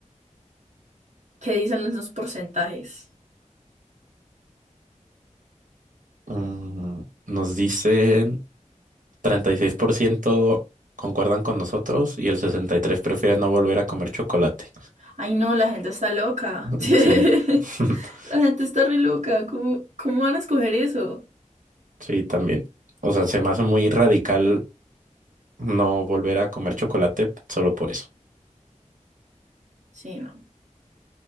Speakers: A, on the right (about 60°); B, on the right (about 80°).
A: ¿Qué dicen los porcentajes?
B: Mm, nos dicen 36% concuerdan con nosotros y el 63% prefiere no volver a comer chocolate.
A: Ay, no, la gente está loca.
B: <laughs>
A: <laughs>
B: Sí, <laughs>
A: La gente está re loca. ¿Cómo, cómo van a escoger eso?
B: sí, también. O sea, se me hace muy radical No volver a comer chocolate solo por eso.
A: Sí, no.